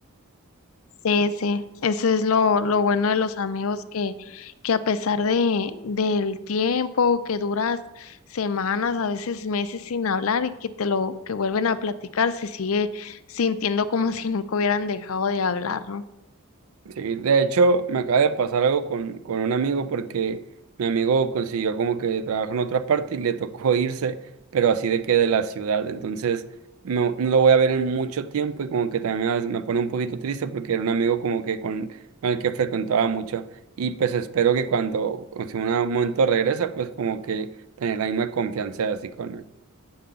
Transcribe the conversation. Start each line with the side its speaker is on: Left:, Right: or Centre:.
Left: Sí, sí, eso es lo, lo bueno de los amigos que, que a pesar de, del tiempo que duras semanas, a veces meses sin hablar y que te lo, que vuelven a platicar, se sigue sintiendo como <laughs> si nunca hubieran dejado de hablar, ¿no?
Right: Sí, de hecho, me acaba de pasar algo con, con un amigo, porque mi amigo consiguió como que trabajo en otra parte y le tocó <laughs> irse, pero así de que de la ciudad. Entonces, no, no lo voy a ver en mucho tiempo y como que también a veces me pone un poquito triste porque era un amigo como que con, con el que frecuentaba mucho. Y pues espero que cuando, si en un momento regresa, pues como que tener la misma confianza así con él.